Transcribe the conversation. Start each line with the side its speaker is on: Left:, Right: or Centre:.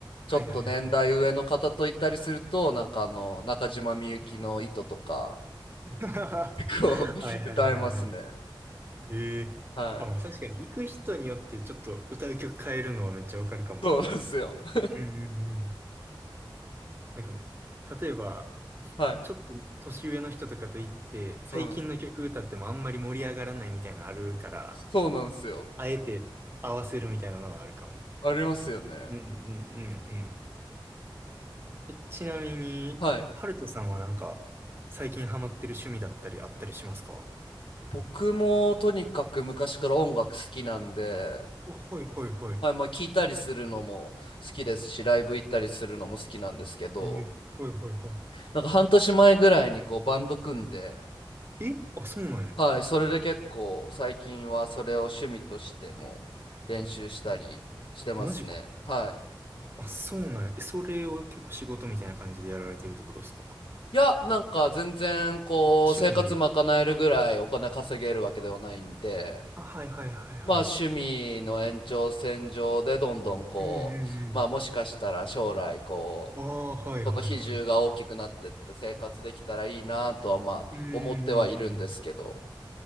Left: ちょっと年代上の方と行ったりするとなんかあの中島みゆきの「糸」とか
Right: はいはいはい。<laughs>
Left: こう
Right: はいはいはいはい。
Left: <laughs> 歌えますね
Right: ええあ、
Left: はい
Right: まあ確かに行く人によってちょっと歌う曲変えるのはめっちゃわかるかも。
Left: そうなんですよ <laughs>
Right: うんうんうん。なんか、例えば、
Left: はい
Right: ちょっと年上の人とかと行って、最近の曲歌ってもあんまり盛り上がらないみたいなのあるから、
Left: うんそうなんですよ
Right: あえて合わせるみたいなのはあるかも。
Left: ありますよね
Right: うんうんうんうん。えちなみに、
Left: はい
Right: ハルトさんはなんか、最近ハマってる趣味だったりあったりしますか
Left: 僕もとにかく昔から音楽好きなんで
Right: あはいはいはい。
Left: はい、まあ聞いたりするのも好きですし、ライブ行ったりするのも好きなんですけど、
Right: ええ、はいはいは
Left: なんか半年前ぐらいにこうバンド組んで、
Right: い。えあ、そうなんや。
Left: はい、それで結構最近はそれを趣味としても練習したりしてますね。
Right: あ、マジか。
Left: はい。
Right: あ、そうなんや。え、それを結構仕事みたいな感じでやられてるってことですか
Left: いや、なんか全然こう生活賄えるぐらいお金稼げるわけではないんで、
Right: 趣味で。あ、はいはいはいは
Left: まあ趣味の延長線上でどんどんこう、
Right: い。うんうん
Left: まあもしかしたら将来こ
Right: うん。ああ、はいはいはい。
Left: う、その比重が大きくなってって生活できたらいいなとはまあ思ってはいるんですけど。
Right: うんうんうん。